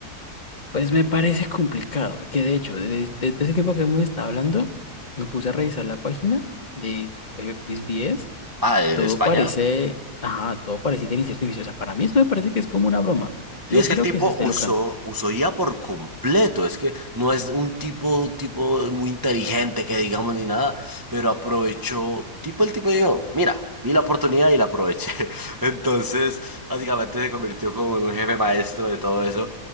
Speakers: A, on the left (about 35°); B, on the right (about 20°).
A: pues me parece complicado. Que de hecho, desde todo ese tiempo que hemos estado hablando, me puse a revisar la página de eh, frisbees
B: Ah,
A: y
B: de
A: todo
B: de España.
A: parece, ajá, todo parece inteligencia artificial. O sea, para mí esto me parece que es como una broma.
B: Sí,
A: No
B: es que
A: creo
B: el tipo
A: que se esté
B: usó,
A: lucrando.
B: usó IA por completo. Es que no es un tipo, tipo muy inteligente que digamos ni nada, pero aprovechó. Tipo, el tipo dijo, mira, vi la oportunidad y la aproveché. <laughs> Entonces, básicamente se convirtió como en un jefe maestro de todo eso.